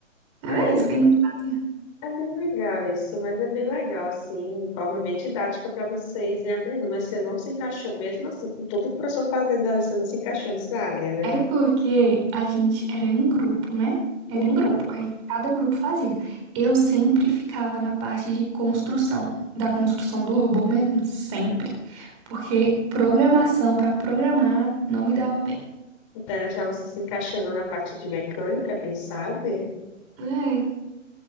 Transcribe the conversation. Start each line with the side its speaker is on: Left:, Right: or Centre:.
Right: Era
Left: Ah, é.
Right: isso que a gente fazia.
Left: É bem legal isso, mas é bem legal, assim, de forma bem didática para vocês irem aprendendo. Mas você não se encaixou mesmo assim, com todo o professor fazendo ali, você não se encaixou nessa área, né?
Right: É porque a gente era em grupo, né? Era
Left: Uhum.
Right: em grupo. Aí cada grupo fazia. Eu sempre ficava na parte de construção, da construção do robô mesmo, sempre. Porque programação pra programar não me dava bem.
Left: Então, era já você se encaixando na parte de mecânica, quem sabe?
Right: É.